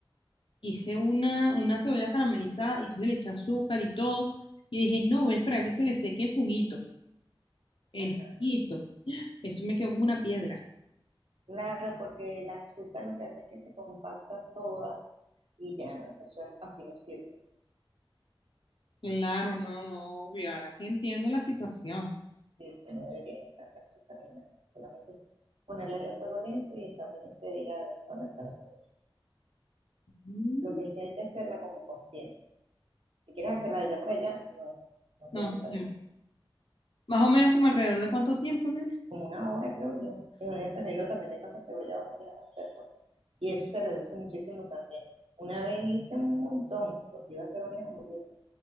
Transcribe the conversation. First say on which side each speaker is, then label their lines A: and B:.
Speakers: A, on the left; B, on the right.
A: hice una, una cebolla caramelizada y yo le eché azúcar y todo. Y dije, no, voy a esperar a que se le seque el juguito, el
B: Ajá.
A: juguito. Eso me quedó como una piedra.
B: Claro, porque el azúcar lo que hace es que se compacta toda y ya no, eso es- así no sirve.
A: Claro, no, no, obvio. Ahora sí entiendo la situación.
B: Sí, sí, no deberías echar la azúcar ni nada. Solamente ponerla ahí a fuego lento y está pendiente de ella de vez en cuando estarla moviendo.
A: Mm.
B: Lo que es que hay que hacerla como con tiempo. Si quieres hacerla de allá para allá, no, no
A: No,
B: te va a salir.
A: ya. Más o menos como alrededor de cuánto tiempo, Nelly?
B: Como una hora, creo yo. Y bueno, dependiendo también de cuánta cebolla vas a hacer. pues. Y eso se reduce muchísimo también. Una vez hice un montón, porque iba a hacer varias hamburguesas,